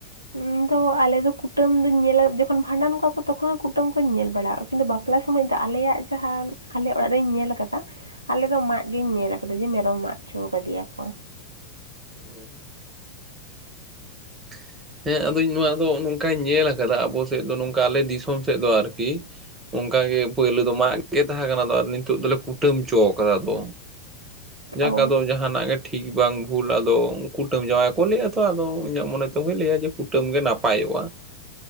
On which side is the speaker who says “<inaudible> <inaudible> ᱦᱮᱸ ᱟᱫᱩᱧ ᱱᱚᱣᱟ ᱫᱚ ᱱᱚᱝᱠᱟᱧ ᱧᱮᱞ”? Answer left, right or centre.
Right